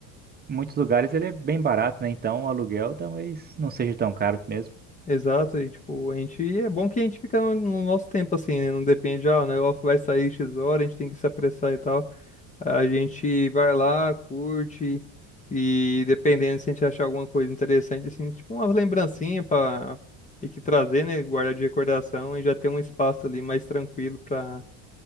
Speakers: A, on the right; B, on the left.
A: em muitos lugares ele é bem barato, né? Então o aluguel talvez não seja tão caro mesmo.
B: Exato, e tipo, a gente é bom que a gente fica no, no nosso tempo assim, né? Não depende, ah, o negócio vai sair X hora, a gente tem que se apressar e tal. A gente vai lá, curte e dependendo se a gente achar alguma coisa interessante assim, tipo uma lembrancinha para e que trazer, né, guardar de recordação e já ter um espaço ali mais tranquilo para